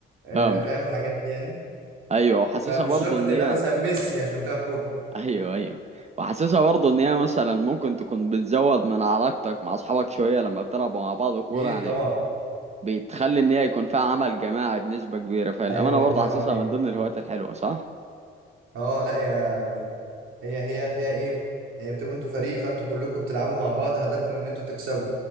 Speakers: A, on the right (about 80°); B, on the right (about 35°).
A: آه،
B: فاهمك
A: فاهم الحاجات دي يعني
B: ايوه وحاسسها
A: فمش
B: برضه
A: شرط
B: ان
A: تبقى
B: هي
A: مثلا ميسي عشان تلعب كوره
B: <laughs> ايوه ايوه وحاسسها برضه ان هي مثلا ممكن تكون بتزود من علاقتك مع اصحابك شويه لما بتلعبوا مع بعض كوره
A: اكيد
B: يعني
A: طبعا
B: بتخلي ان هي يكون فيها عمل جماعي بنسبه كبيره فالامانه
A: ايوه
B: برضه
A: الله ينور
B: حاسسها
A: عليك
B: من ضمن الهوايات الحلوه صح
A: اه لا يعني هي هي فيها ايه يعني بتبقوا انتوا فريق فانتوا كلكم بتلعبوا مع بعض هدفكم ان انتوا تكسبوا